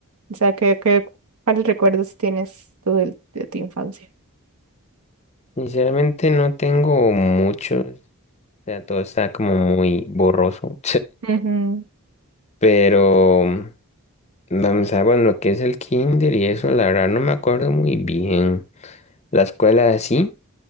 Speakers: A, on the right (about 80°); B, on the left (about 30°).
A: O sea, ¿qué, qué, cuáles recuerdos tienes tú del- de, tu infancia?
B: Sinceramente no tengo mucho, o sea, todo está como muy borroso,
A: Ujú,
B: <laughs> pero mm, vamos a, ver, bueno, lo que es el kinder y eso, la verdad no me acuerdo muy bien. La escuela sí,